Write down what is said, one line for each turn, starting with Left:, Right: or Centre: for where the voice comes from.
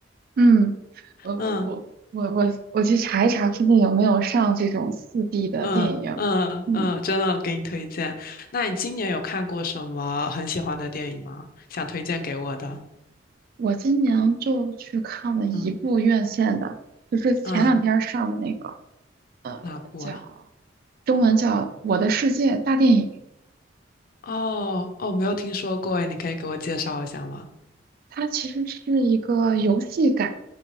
Right: 嗯，我我我我我去查一查附近有没有上这种四
Left: 嗯。
Right: d 的电影，
Left: 嗯嗯嗯，
Right: 嗯，
Left: 真的给你推荐。那你今年有看过什么很喜欢的电影吗？想推荐给我的？
Right: 我今年就去看了一部院线的，
Left: 嗯
Right: 就是前两天上的那个，
Left: 嗯，
Right: 呃，
Left: 哪部啊？
Right: 叫中文叫《我的世界大电影》，
Left: 哦哦，没有听说过诶，你可以给我介绍一下吗？
Right: 它其实是一个游戏改的，